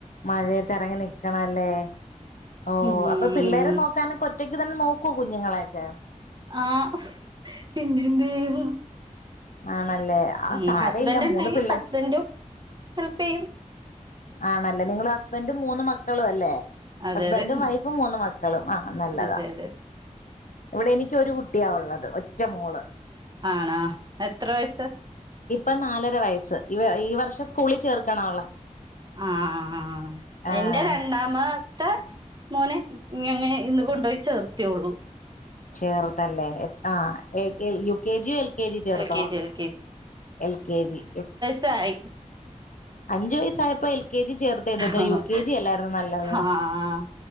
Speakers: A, on the left; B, on the right.
A: മഴയത്തിറങ്ങി നിക്കണല്ലേ ഓ
B: ഉം
A: അപ്പ പിള്ളേരെ നോ ക്കാൻ ഒറ്റയ്ക്ക് തന്നെ നോക്കോ കുഞ്ഞുങ്ങളെയൊക്കെ?
B: ആഹ് പിന്നെന്തേയ്യും
A: ആണല്ലേ ആ
B: ഉം
A: സാരയില്ല
B: ഹസ്ബൻഡ് ഇണ്ടക്കി
A: മൂന്ന് പിള്ളേ
B: ഹസ്ബൻഡും ഹെൽപ്പയ്യും
A: ആണല്ലേ, നിങ്ങള് ഹസ്ബൻഡും മൂന്നു മക്കളു അല്ലേ?
B: അതെ
A: ഹസ്ബൻഡും,
B: അതെ
A: വൈഫും, മൂന്നു മക്കളും ആഹ് നല്ലതാ.
B: അതെ അതെ അതെ
A: ഇവടെ എനിക്ക് ഒരു കുട്ടിയാള്ളത് ഒറ്റ മോള്.
B: ആണോ എത്ര വയസ്സാ
A: ഇപ്പ നാലര വയസ്സ് ഇ ഈ വർഷം സ്കൂളി ചേർക്കണോളെ.
B: ആഹ് ആഹ്
A: ആഹ്
B: ഇന്റെ രണ്ടാമത്തെ മോനെ ഞങ്ങേ ഇന്ന് കൊണ്ടോയി ചേർത്തിയോള്ളു.
A: ചേർതല്ലേ എ ആഹ് A K U K G ല് എൽ കെ ജി ചേർത്തോ?
B: എൽ K G L
A: L K G
B: സായി
A: അഞ്ചു വയസായപ്പോ എൽ കെ ജി ചേർത്ത്
B: ആഹ്
A: യു കെ ജി അല്ലായിരുന്നു നല്ലത്?
B: ആഹ്